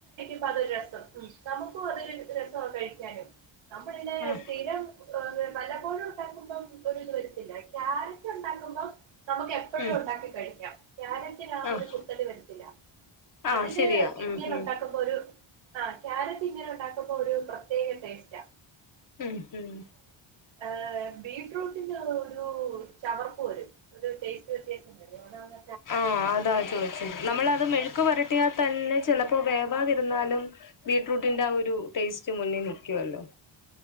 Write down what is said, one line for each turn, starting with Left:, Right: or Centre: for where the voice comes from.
Right: പ്പ് അതൊരു രസം ഉം നമുക്കും അതൊരു രസ കഴിക്കാന് നമ്മള് പിന്നെ
Left: ആഹ്
Right: സ്ഥിരം വല്ലപ്പോഴും ഉണ്ടാക്കുമ്പം ഒരുത് വരത്തില്ല <unintelligible> <unintelligible> ഉണ്ടാക്കുമ്പോ നമുക്ക് എപ്പഴും
Left: ഉം
Right: ഉണ്ടാക്കി കഴിക്കാം കാരറ്റിന് ആ
Left: ആഹ്
Right: ഒരു കുത്തല് വരത്തില്ല
Left: ആഹ്
Right: അതില്
Left: ശരിയാ
Right: ഇന്ത്യനുണ്ടാക്കുമ്പോരു
Left: ഉം ഉം
Right: ആ ക്യാരറ്റ് ഇങ്ങനെ ഉണ്ടാക്കുമ്പൊരു പ്രത്യേക ടേസ്റ്റ
Left: ഉം ഉം
Right: ആ ബീറ്റ്റൂട്ടിന്റെ ഒരു ചവർപ്പ് വരും ഒരു ടേസ്റ്റ് വ്യത്യാസം വെരും അതാണ്
Left: ആ അതാ ചോയിച്ചെ നമ്മളത് മെഴുക്ക് പൊരട്ടിയാത്തന്നെ ചിലപ്പോ വേവാതെ ര്ന്നാലും ബീറ്റ്റൂട്ടിന്റെ ആ ഒരു ടേസ്റ്റ് മുന്നിൽ നിക്കുവല്ലോ